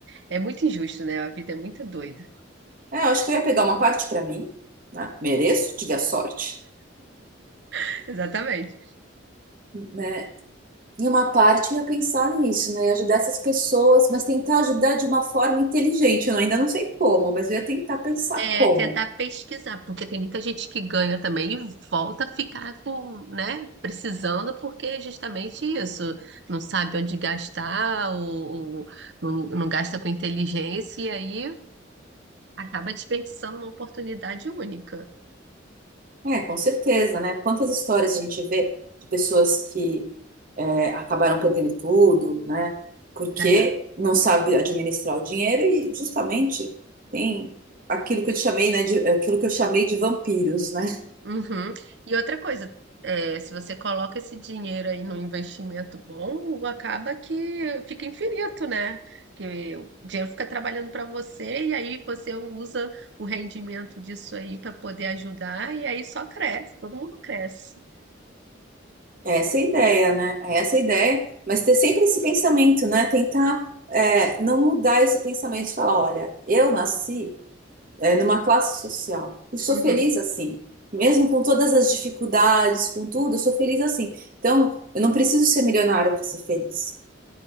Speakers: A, on the right; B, on the right.
A: É muito injusto, né? A vida é muito doida.
B: É, eu acho que eu ia pegar uma parte para mim, né? Mereço, tive a sorte,
A: <laughs> Exatamente.
B: né? E uma parte eu ia pensar nisso, né? E ajudar essas pessoas, mas tentar ajudar de uma forma inteligente. Eu ainda não sei como, mas eu ia tentar pensar
A: É
B: como.
A: tentar pesquisar, porque tem muita gente que ganha também e volta a ficar com, né, precisando, porque é justamente isso. Não sabe onde gastar, ou, ou não, não gasta com inteligência, e aí Acaba desperdiçando uma oportunidade única.
B: É, com certeza, né? Quantas histórias a gente vê de pessoas que é, acabaram perdendo tudo, né? Porque
A: É.
B: não sabe administrar o dinheiro e justamente tem aquilo que eu te chamei, né? De, aquilo que eu chamei de vampiros, né?
A: Uhum. E outra coisa, é, se você coloca esse dinheiro aí no investimento bom, acaba que fica infinito, né? Porque o dinheiro fica trabalhando para você e aí você usa o rendimento disso aí para poder ajudar e aí só cresce, todo mundo cresce.
B: É essa a ideia, né? É essa a ideia, mas ter sempre esse pensamento, né? Tentar é, não mudar esse pensamento de falar, olha, eu nasci é, numa classe social. Eu sou
A: Uhum.
B: feliz assim. Mesmo com todas as dificuldades, com tudo, eu sou feliz assim. Então, eu não preciso ser milionária para ser feliz.